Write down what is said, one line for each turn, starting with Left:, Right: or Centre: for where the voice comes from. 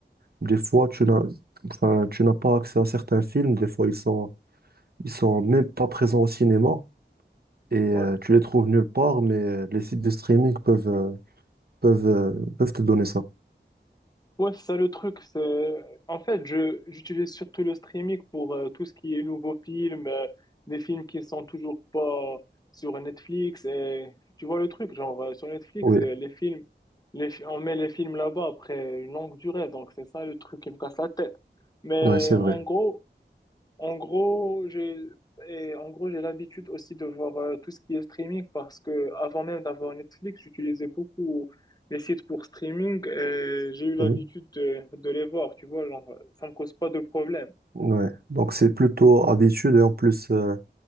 Right: des fois, tu n'as, enfin, tu n'as pas accès à certains films. Des fois, ils sont, ils sont même pas présents au cinéma et euh,
Left: ouais.
Right: tu les trouves nulle part, mais euh, les sites de streaming peuvent, euh, peuvent, euh, peuvent te donner ça.
Left: Ouais, c'est ça le truc. C'est... En fait, je, j'utilise surtout le streaming pour euh, tout ce qui est nouveaux films, euh, des films qui sont toujours pas sur Netflix. Et, tu vois le truc, genre euh, sur Netflix,
Right: Oui,
Left: euh, les films, les, fi- on met les films là-bas après une longue durée. Donc, c'est ça le truc qui me casse la tête. Mais
Right: ouais, c'est
Left: en
Right: vrai.
Left: gros, en gros, j'ai et en gros, j'ai l'habitude aussi de voir euh, tout ce qui est streaming parce que avant même d'avoir Netflix, j'utilisais beaucoup les sites pour streaming et j'ai eu l'habitude
Right: Oui,
Left: de, de les voir, tu vois, genre ça me cause pas de problème.
Right: ouais. Donc c'est plutôt habitude et en plus euh,